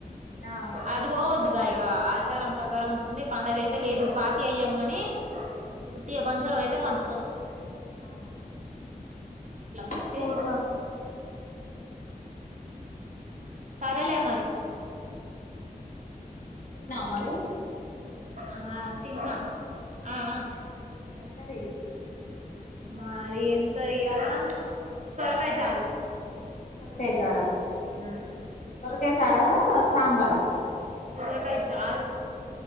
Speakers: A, on the left; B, on the right.
A: ఆ
B: అది పోవద్దు ఇగ ఇగ ఆచారం ప్రకారం వచ్చింది పండగ అయితే లేదు ఫాతియ ఇయ్యాము గని ఉత్తిగా పంచడం అయితే పంచుతాం
A: ఆ
B: ఇట్లా పంచితే
A: చూడరా
B: సరె లే మరి
A: తిన్నవ మరి
B: అహ తిన్న
A: హలో
B: ఆ ఆ
A: ఏం ఏం కర్రీ
B: మాది ఏం కర్రి ఇయాల సోరకాయ చారు
A: సొరకాయచారా
B: ఉమ్
A: సోరకాయసారా సాంబార
B: సోరకాయ చారు